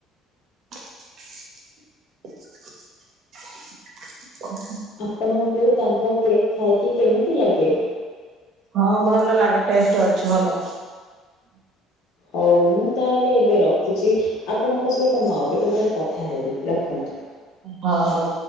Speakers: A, on the right; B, on the left.
A: ଓହୋଃ!
B: ଆପଣଙ୍କୁ ତାଙ୍କ କେକ୍ ଖାଇକି କେମିତି ଲାଗେ?
A: ହଁ ଭଲ ଲାଗେ ଟେଷ୍ଟ ଅଛି ଭଲ।
B: ହଉ ମୁଁ ତାହେଲେ ଏବେ ରଖୁଛି ଆପଣଙ୍କ ସହିତ ମୁଁ ଆଉ ଟିକେ ବୋଟ କଥା ହେବି ରଖନ୍ତୁ।
A: ହ ହୋଉ।